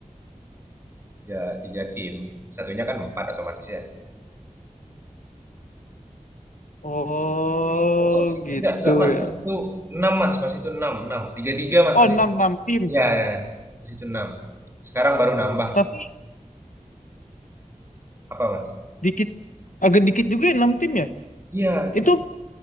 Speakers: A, on the right; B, on the left.
A: Tiga, tiga tim. Satunya kan empat otomatis ya.
B: Oh,
A: Oh,
B: gitu
A: enggak, enggak, Mas.
B: ya.
A: Pas itu 6 Mas. Pas itu 6, 6. tiga Mas,
B: Oh,
A: pas
B: 6
A: itu.
B: 6 tim.
A: Iya, ya, ya. Pas itu enam Sekarang baru nambah.
B: Tapi
A: Apa, Mas?
B: dikit, agak dikit juga ya 6 tim ya.
A: Iya.
B: Itu